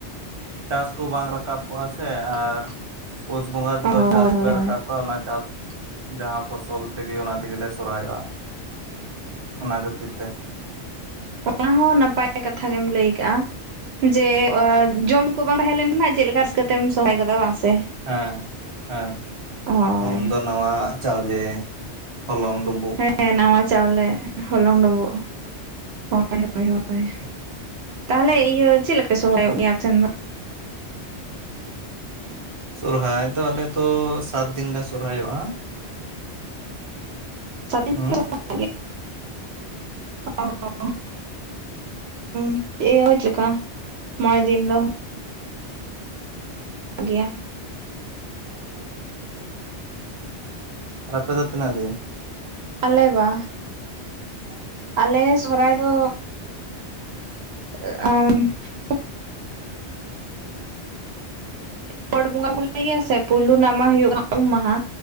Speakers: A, on the right; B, on the right.
A: ᱪᱟᱥ ᱠᱚ ᱵᱟᱝ ᱨᱟᱠᱟᱵ ᱠᱚᱜᱼᱟ ᱥᱮ ᱟᱨᱼᱼ ᱯᱩᱥ ᱵᱚᱸᱜᱟ ᱛᱮᱫᱚ
B: ᱚ ᱦᱳᱭ
A: ᱪᱟᱥ ᱠᱚᱞᱮ
B: ᱦᱳᱭ ᱦᱳᱭ
A: ᱨᱟᱠᱟᱵ ᱠᱟᱜᱼᱟ ᱚᱱᱟᱼᱼ ᱪᱟᱥ ᱡᱟᱦᱟᱸ ᱯᱷᱚᱥᱚᱞ ᱛᱮᱜᱮ ᱚᱱᱟ ᱛᱮᱜᱮᱞᱮ ᱞᱮ ᱥᱚᱨᱦᱟᱭᱚᱜᱼᱟ ᱚᱱᱟ ᱠᱷᱟᱹᱛᱤᱨ ᱛᱮᱼᱼ
B: ᱚᱱᱟ ᱦᱚᱸ ᱱᱟᱯᱟᱭ ᱠᱟᱛᱷᱟ ᱜᱮᱢ ᱞᱟᱹᱭ ᱠᱟᱜᱼᱟ ᱡᱮ ᱡᱚᱢᱼᱼ ᱠᱚ ᱵᱟᱝ ᱛᱟᱦᱮᱸ ᱞᱮᱱ ᱠᱷᱟᱱ ᱪᱮᱫ ᱞᱮᱠᱟ ᱨᱤᱠᱟᱹᱛᱮᱢ ᱥᱚᱨᱦᱟᱭ ᱜᱚᱫᱚᱜᱼᱟ ᱵᱟᱝ ᱥᱮ
A: ᱦᱮᱸ ᱦᱮᱸ
B: ᱦᱳᱭ
A: ᱩᱱ ᱫᱚ ᱱᱟᱣᱟ ᱪᱟᱣᱞᱮ ᱦᱚᱞᱚᱝ ᱰᱩᱢᱩᱜ
B: ᱦᱮᱸ ᱱᱟᱣᱟ ᱪᱟᱣᱞᱮ ᱦᱚᱞᱚᱝ ᱰᱩᱵᱩᱜ ᱦᱳᱭ ᱦᱳᱭ ᱦᱳᱭ ᱛᱟᱦᱚᱞᱮ ᱤᱭᱟᱹ ᱪᱮᱫ ᱯᱮ ᱥᱚᱨᱦᱟᱭᱚᱜ ᱜᱮᱭᱟ ᱟᱯ ᱴᱷᱮᱱ ᱫᱚ
A: ᱥᱚᱨᱦᱟᱭ ᱫᱚ ᱟᱞᱮ ᱫᱚᱼᱼ ᱥᱟᱛ ᱫᱤᱱ ᱞᱮ ᱥᱚᱨᱦᱟᱭᱚᱜᱼᱟ
B: ᱥᱟᱫᱤᱱ
A: ᱦᱩᱸ
B: ᱯᱮ ᱥᱚᱦᱨᱟᱭᱚᱜ <unintelligible> <unintelligible> ᱢᱚᱬᱮ ᱫᱤᱱ ᱫᱚ ᱜᱮᱭᱟ
A: <inaudible> ᱟᱯᱮ ᱫᱚ ᱛᱤᱱᱟᱜ ᱫᱤᱱ?
B: ᱟᱞᱮ ᱵᱟᱼᱼ
A: ᱦᱮᱸ
B: ᱟᱞᱮ ᱥᱚᱦᱚᱨᱟᱭ ᱫᱚᱼᱼ <unintelligible> ᱜᱚᱰ ᱵᱚᱸᱜᱟ ᱠᱚ ᱞᱟᱹᱭ ᱜᱮᱭᱟ ᱥᱮ ᱯᱩᱭᱞᱳ ᱨᱮᱱᱟᱜ ᱢᱟ ᱦᱩᱭᱩᱜ ᱠᱟᱱᱟ ᱩᱢ ᱢᱟᱸᱦᱟ